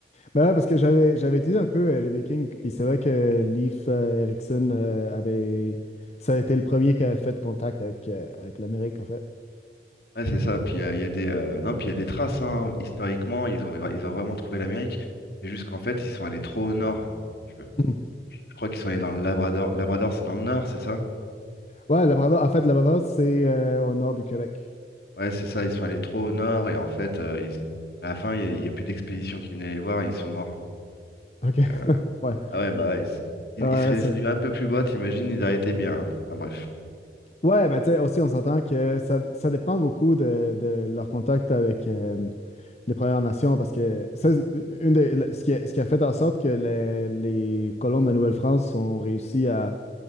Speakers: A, on the left; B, on the left.
A: Ben ouais, parce que j'avais j'avais utilisé un peu euh, les Vikings, puis c'est vrai que Leif euh, Erikson euh, avait. Ça a été le premier qui a fait contact avec, euh, avec l'Amérique, en fait. <laughs>
B: Ouais, c'est ça. Puis il y a, il y a des, euh, non, puis il y a des traces. hein. Historiquement, ils ont, ils ont vraiment trouvé l'Amérique. C'est juste qu'en fait, ils sont allés trop au nord, si tu veux.
A: Mhm.
B: Je crois qu'ils sont allés dans le Labrador. Labrador, c'est dans le nord, c'est ça?
A: Ouais, Labrador, en fait, Labrador, c'est euh, au nord du Québec.
B: Ouais, c'est ça. Ils sont allés trop au nord et en fait, euh, ils- à la fin, il y a, il y a plus d'expédition qui venait les voir. et Ils sont morts.
A: Ok,
B: Donc, Euh,
A: <laughs> ouais,
B: Ah ouais, bah ouais. Ils,
A: ouais,
B: ils seraient
A: ouais, ça.
B: descendus un peu plus bas, t'imagines, ils auraient été bien. hein. Enfin bref.
A: Ouais, ben tu sais, aussi, on s'entend que ça, ça dépend beaucoup de, de leur contact avec euh, les Premières Nations, parce que ça, c'est une des- le- ce qui a, ce qui a fait en sorte que les, les colons de la Nouvelle-France ont réussi à